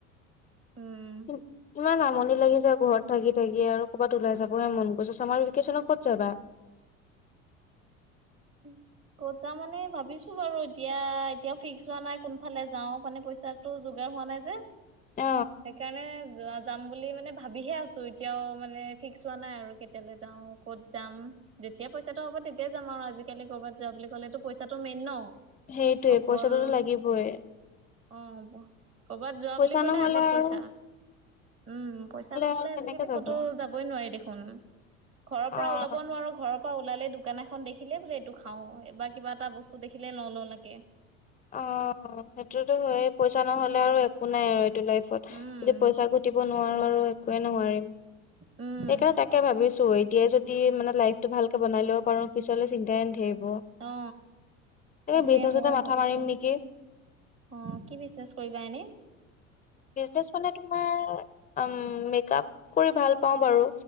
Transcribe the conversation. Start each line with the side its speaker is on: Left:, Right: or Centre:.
Left: <inaudible>
Right: উম
Left: ইমান আমনি। লাগিছে ঘৰত থাগি থাকি আৰু ক'ৰবাত ওলাই যাবহে মন গৈছে, চামাৰ ভেকেশ্যনত ক'ত যাবা?
Right: উম ক'ত যা মানে ভাবিছো বাৰু এতিয়া এতিয়া ফিক্স হোৱা নাই কোনফালে যাও মানে পইচাটো যোগাৰ। হোৱা নাই যে
Left: অ'
Right: সেইকাৰণে যোৱা যাম বুলি মানে ভাবিহে আছো এতিয়াও মানে ফিক্স হোৱা নাই আৰু কেতিয়ালৈ যাও ক'ত যাম। যেতিয়া পইচাটো হব তেতিয়াই যাম আৰু আজিকালি ক'ৰবাত যোৱা বুলি কলেতো পইচাটো মেইন ন।
Left: সেইটোৱে
Right: অকল
Left: পইচাটোতো লাগিবই
Right: অ কৰ'বাত যোৱা
Left: পইচা
Right: বুলি ক'লে
Left: নহ'লে
Right: আগত
Left: আৰু
Right: পইছা। উম পইচা নহলে
Left: আৰু কেনেকে
Right: আজিকালি
Left: যাবা
Right: ক'তো যাবই নোৱাৰি দেখোন। ঘৰৰ
Left: অ'।
Right: পৰা ওলাব নোৱাৰো ঘৰৰ পৰা ওলালে দুখ। দোকান এখন দেখিলেই বোলে এইটো খাওঁ, এইবাৰ কিবা এটা বস্তু দেখিলে ল লওঁ লাগে।
Left: অ সেইটোতো হয় পইচা নহ'লে আৰু একো নাই আৰু ইত- এইটো লাইফত
Right: উম
Left: যদি পইচা ঘটিব নোৱাৰোঁ আৰু একোৱে নোৱাৰিম।
Right: উম
Left: সেইকাৰণে তাকে ভাবিছো এতিয়াই যদি মানে লাইফতটো ভালকে বনাই লব পাৰো পিছলে চিন্তাই নাথাব-
Right: অ তাকে
Left: বিজনেছ
Right: মৌ
Left: এটা মাথা
Right: ভাবিছো
Left: মাৰিম নেকি
Right: অ কি বিজনেচ কৰিবা এনেই?
Left: বিজনেচ মানে তোমাৰ মেক আপ কৰি ভাল পাওঁ বাৰু।